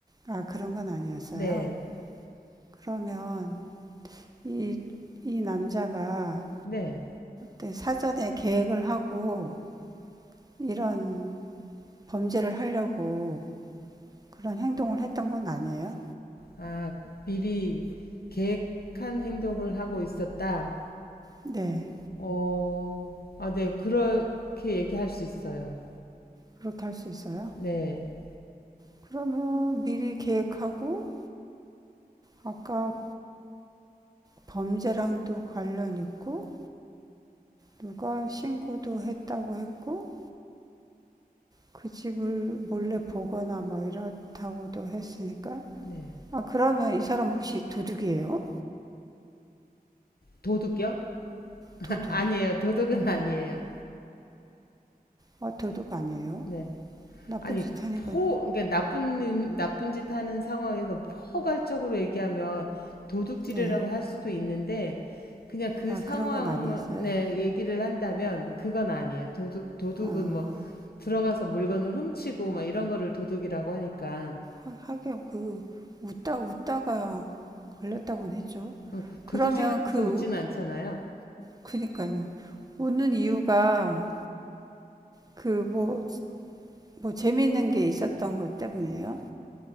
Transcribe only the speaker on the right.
아, 그런 건 아니었어요.
그러면 이, 이 남자가
때 사전에 계획을 하고 이런 범죄를 하려고 그런 행동을 했던 건 아니에요?
네,
그렇게 할 수 있어요.
그러면 미리 계획하고 아까 범죄랑도 관련 있고 누가 신고도 했다고 했고 그 집을 몰래 보거나 뭐 이렇다고도 했으니까
아, 그러면 이 사람 혹시 도둑이에요?
도둑.
아, 도둑 아니에요?
나쁜
짓 하니까,
네.
아,
그런 건 아니었어요?
아,
하- 긴 그, 웃다, 웃다가 걸렸다고는 했죠.
그러면
그,
그니까요. 웃는 이유가 그 뭐, 뭐 재미있는 게 있었던 것 때문이에요?